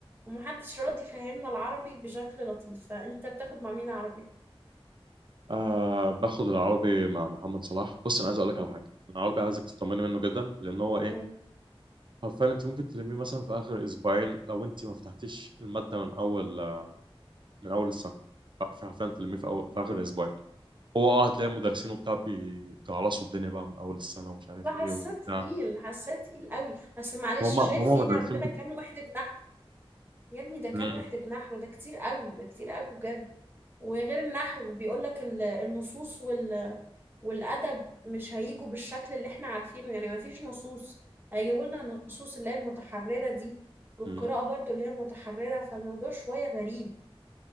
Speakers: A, on the right; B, on the right.
A: ومحدش راضي يفهمنا العربي بشكل لطيف فانت بتاخد مع مين عربي
B: آه باخد العربي مع محمد صلاح بص انا عايز اقول لك على حاجه أنا العربي عايزك تطمني منه جدا لان هو ايه
A: امم
B: حرفيا انت ممكن تلميه مثلا في اخر اسبوعين لو انت ما فتحتيش الماده من اول من اول السنه حرفيا تلميه في, أول... في اخر اسبوعين هو اه هتلاقي المدرسين وبتاع بيجعلصوا الدنيا بقى من اول السنه ومش عارف
A: فحسيت
B: ايه وبتاع
A: تقيل حسيت تقيل قوي اصل معلش
B: هم هم
A: شايف في
B: مدرسين
A: عندنا
B: ب...
A: كام وحده نحو يا ابني ده كام
B: مم.
A: وحده نحو ده كتير قوي ده كتير قوي بجد وغير النحو بيقول لك النصوص وال والأدب مش هيجوا بالشكل اللي احنا عارفينه يعني مفيش نصوص هيجيبوا لنا النصوص اللي هي المتحررة دي والقراءة
B: مم.
A: برضو اللي هي متحررة فالموضوع شوية غريب